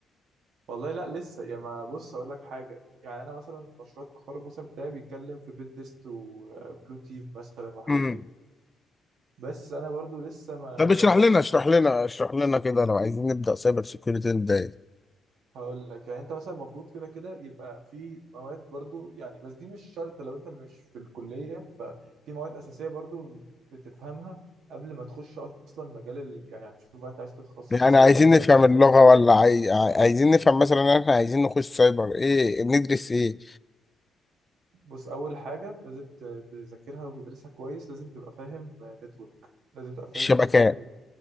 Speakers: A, on the right; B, on the left.
A: والله لا لسه يا ما بص اقول لك حاجه يعني انا مثلا مشروع التخرج مثلا بتاعي بيتكلم في بين تيست وبلو تيم مثلا وحاجات
B: امم
A: كده بس انا برضو لسه ما
B: طب اشرح
A: يعني
B: لنا اشرح لنا اشرح لنا كده لو عايزين نبدا سايبر سيكيورتي نبدا ايه
A: هقول لك يعني انت مثلا المفروض كده كده يبقى في مواد برضو يعني بس دي مش شرط لو انت مش في الكلية ففي مواد أساسية برضو بتفهمها قبل ما تخش اصلا مجال ال... يعني هتشوف بقى انت عايز تتخصص
B: يعني
A: سايبر
B: عايزين
A: ولا
B: نفهم
A: عايز تتخصص
B: اللغة
A: ايه
B: ولا عاي... عاي- عايزين نفهم مثلا إن احنا عايزين نخش سايبر ايه ندرس ايه
A: بص اول حاجة لازم ت- تذاكرها وتدرسها كويس لازم تبقى فاهم نتورك لازم تبقى فاهم
B: الشبكات
A: نتورك